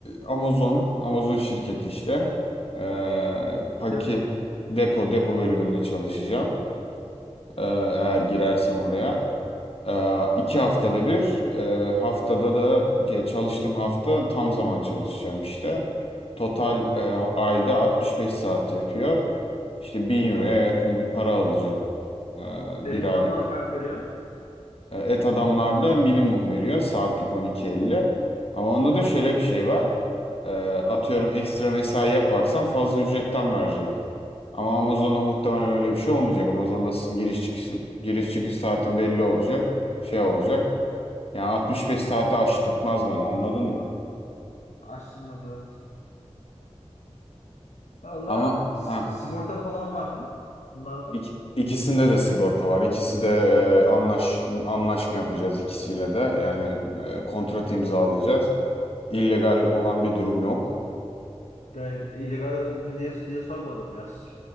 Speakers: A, on the left; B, on the left.
A: Amazon. Amazon şirketi işte. E, paket
B: Depo.
A: depo depo bölümünde çalışacağım. E, eğer girersem oraya. Ee, iki haftada bir e, haftada da e, çalıştığım hafta tam zaman çalışacağım işte. Total e, ayda 65 saat yapıyor. İşte 1000 euroya yakın bir para alacağım e,
B: Evet
A: bir aylık.
B: adamlar kalk veriyor.
A: E, Et Adamlar da minimum veriyor saatlik 12.50. Ama onda da şöyle bir şey var. E, atıyorum ekstra mesai yaparsan fazla ücretten verecek. Ama Amazon'da muhtemelen öyle bir şey olmayacak. Amazon'da s- giriş çıkış giriş çıkış saatin belli olacak. Şey olacak. Yani 65 saati aştırtmaz bana anladın mı?
B: Açtırmaz evet. Valla
A: Ama
B: s-
A: ha
B: sigorta falan var mı? Bunlarda.
A: ik- ikisinde de sigorta var. İkisi de e, anlaş anlaşma yapacağız ikisiyle de. Yani e, kontrat imzalayacağız. İllegal olan bir durum yok.
B: Gayet illegal mi diye, diye sormadım ya. S-